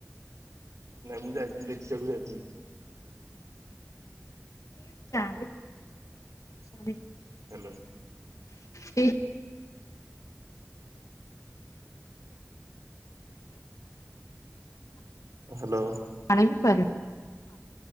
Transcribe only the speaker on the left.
କିଏ ମୁଁ ଜାଣି ବି ପାରିଲିନି <unintelligible>
କେଇ
ଜାଣି ବିି ପାରୁ